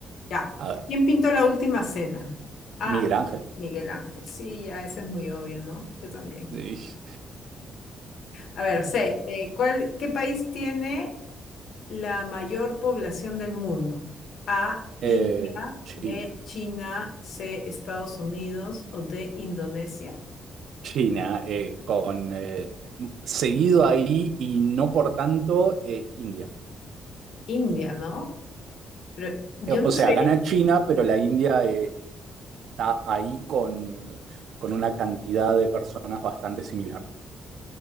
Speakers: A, on the left (about 60°); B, on the right (about 65°).
A: Ya.
B: A ver,
A: ¿Quién pintó la última cena? Ah,
B: Miguel Ángel.
A: Miguel Ángel. Sí, ya, esa es muy obvia, ¿no? Yo también.
B: Sí.
A: A ver, seis. ¿cuál, qué país tiene la mayor población del mundo? A,
B: Eh,
A: India,
B: China.
A: B, China, C, Estados Unidos o D, Indonesia.
B: China, eh, con eh, seguido ahí y no por tanto eh, India.
A: India, ¿no? Pero yo
B: Eh, O
A: no
B: sea,
A: sé
B: gana China, pero la India eh, está ahí con, con una cantidad de personas bastante similar.